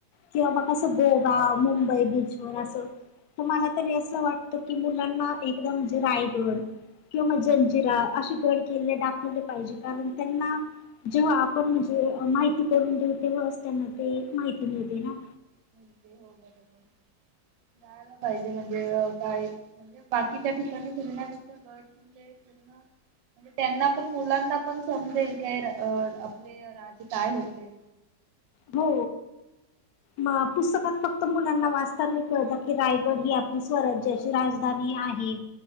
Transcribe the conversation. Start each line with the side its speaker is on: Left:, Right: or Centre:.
Left: किंवा मग असं गोवा, मुंबई बीचवर असं मला तरी असं वाटतं की मुलांना एकदा म्हणजे रायगड किंवा
Right: हो
Left: जंजिरा अशी गड किल्ले दाखवले पाहिजे कारण
Right: हो
Left: त्येना जेव्हा आपण म्हणजे माहिती करून देऊ तेव्हाच त्यांना ते माहिती मिळते ना
Right: <unintelligible> जायला पाहिजे म्हणजे काय म्हणजे बाकीच्या ठिकाणी फिरण्या गड किल्ले फिरण म्हणजे त्यांना पण मुलांना पण समजेल काय अं आपले राज काय होते.
Left: हो म पुस्तकात फक्त मुलांना वाचतानी कळतं की रायगड ही आपली स्वराज्याची राजधानी आहे.